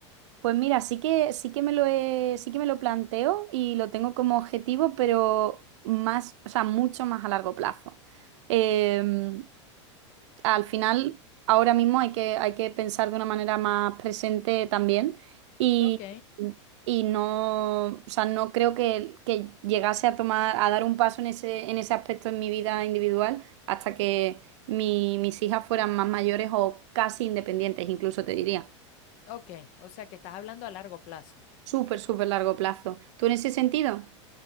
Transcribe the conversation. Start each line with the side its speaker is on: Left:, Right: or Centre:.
Right: Pues mira, sí que, sí que me lo he- sí que me lo planteo y lo tengo como objetivo, pero más, o sea, mucho más a largo plazo. Eh, al final, ahora mismo hay que, hay que pensar de una manera más presente también y,
Left: Ok,
Right: y no, o sea, no creo que, que llegase a tomar, a dar un paso en ese, en ese aspecto en mi vida individual hasta que mi- mis hijas fueran más mayores o casi independientes, incluso te diría.
Left: ok, o sea que estás hablando a largo plazo.
Right: Súper, súper largo plazo. ¿Tú en ese sentido?